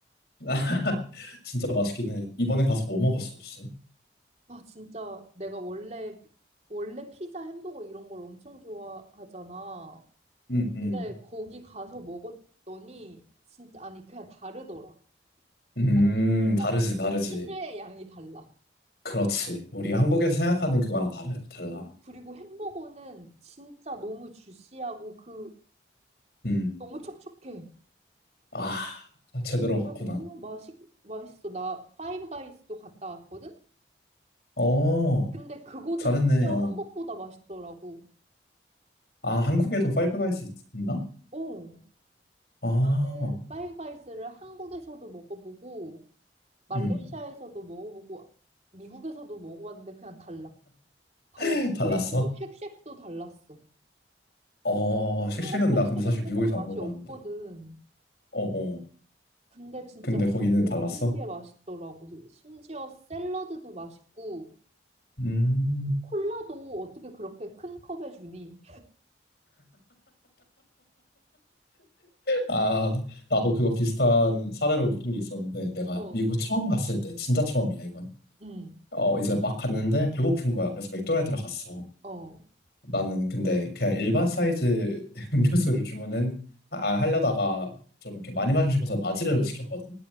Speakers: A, on the left (about 60°); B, on the right (about 35°).
A: <laughs> 진짜 맛있긴 해. 이번에 가서 뭐 먹었어, 혹시?
B: 아, 진짜 내가 원래, 원래 피자, 햄버거 이런 걸 엄청 좋아하잖아.
A: 음, 음.
B: 근데 거기 가서 먹었더니, 진짜, 아니, 그냥 다르더라.
A: 음,
B: 아니, 일단
A: 다르지,
B: 치-
A: 다르지.
B: 치즈의 양이 달라.
A: 그렇지. 우리 한국에서 생각하는 그거랑 다르, 달라.
B: 그, 그리고 햄버거는 진짜 너무 주시하고 그
A: 음.
B: 너무 촉촉해.
A: 아,
B: 진짜
A: 제대로 갔구나.
B: 너무 맛있 맛있어. 나 파이브 가이즈도 갔다 왔거든.
A: 어,
B: 근데 그거도
A: 잘했네,
B: 심지어
A: 어.
B: 한국보다 맛있더라고.
A: 아, 한국에도 파이브 가이스 있- 있나?
B: 어.
A: 아,
B: 나는 파이브 가이즈를 한국에서도 먹어보고 말레이시아에서도
A: 음.
B: 먹어보고 미국에서도 먹어봤는데 그냥 달라. 달라.
A: <laughs> 달랐어?
B: 그리고 쉑쉑도 달랐어.
A: 어, 쉑쉑은
B: 한국 쉑쉑은
A: 나 근데 사실
B: 조금
A: 미국에서
B: 맛이
A: 안 먹어봤는데.
B: 없거든.
A: 어, 어.
B: 근데 진짜
A: 근데 거기는
B: 모든
A: 달랐어?
B: 게 맛있더라고. 심지어 샐러드도 맛있고,
A: 음.
B: 콜라도 어떻게 그렇게 큰 컵에 주니?
A: 아, 나도 그거 비슷한 사례로 웃긴 게 있었는데, 내가
B: 어,
A: 미국 처음 갔을 때, 진짜 처음이야, 이건.
B: 응,
A: 어, 이제 막 갔는데 배고픈 거야. 그래서 맥도날드를 갔어.
B: 어,
A: 나는 근데 그냥 일반 사이즈 <laughs> 음료수를 주문은, 아, 하려다가 좀 이렇게 많이 마시고 싶어서 라지를 시켰거든.